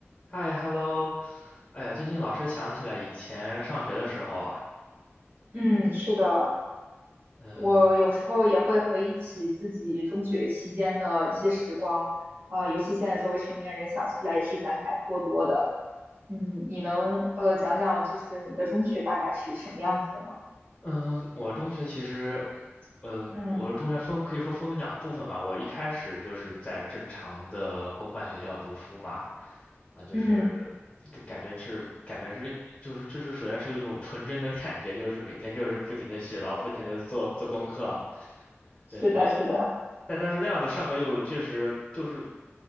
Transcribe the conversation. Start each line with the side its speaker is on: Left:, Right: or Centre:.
Left: 嗨，hello，哎呀，最近老是想起来以前上学的时候啊，
Right: 嗯，是的，
Left: 嗯
Right: 我有时候也会回忆起自己中学期间的一些时光，啊、尤其现在作为成年人，想起来也是感慨颇多的。嗯，你能呃讲讲就是你的中学大概是什么样子的吗？
Left: 嗯，我中学其实，嗯，
Right: 嗯
Left: 我的中学分可以说分为两部分吧。我一开始就是在正常的公办学校读书嘛，啊，就是
Right: 嗯，
Left: 感感觉是感觉是另就是就是首先是有一种纯真的感觉，就是每天就是不停的写，然后不停的做做功课啊，
Right: 是的，
Left: 对。
Right: 是的，
Left: 但但是那样子上课又确实就是